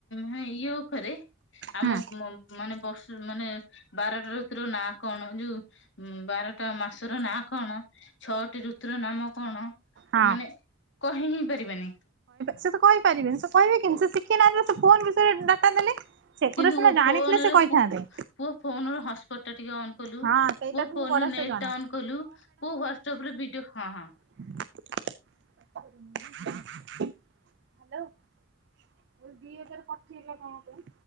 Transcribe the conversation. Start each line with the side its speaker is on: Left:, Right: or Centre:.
Left: ହଁ ଇଏ ଉପରେ
Right: ହୁଁ
Left: ଆମ-ମ ମାନେ ବର୍ଷ ମାନେ ବାରଟା ଋତୁର ନା କଣ ଯୋଉ ଉଁ ବାରଟା ମାସର ନାଁ କଣ ଛଅଟି ଋତୁର ନାମ କଣ
Right: ହଁ
Left: ମାନେ କହି ହିଁ ପାରିବେନି।
Right: ସେ ତ କହିପାରିବେନି ସେ କହିବେ କେମିତି ସେ ଶିଖି ନାହାନ୍ତି ସେ ଫୋନ ବିଷୟରେ ଡାଟା ଦେଲେ। ସେଗୁରା
Left: କିନ୍ତୁ
Right: ଶସିନା ଜାଣିଥିଲେ
Left: ଫୋନରେ
Right: ସେ କହିଥାନ୍ତେ।
Left: ପୁଅ ଫୋନ ରୁ ହସ୍‌ପଟ ଟା ଟିକେ ଅନ କଲୁ
Right: ହଁ ସେଇଟାକୁ
Left: ପୁଅ ଫୋନରୁ
Right: ମୁଁ ବଢିଆ
Left: ନେଟ
Right: ସେ ଜଣା
Left: ଟା ଅନ କଲୁ ପୁଅ ହ୍ୱାଟସପ ରେ ଭିଡିଓ
Right: ହ୍ୟାଲୋ। ଯୋଉ ଦି ହଜାର ପଠେଇଲ କଣ ପାଇଁ?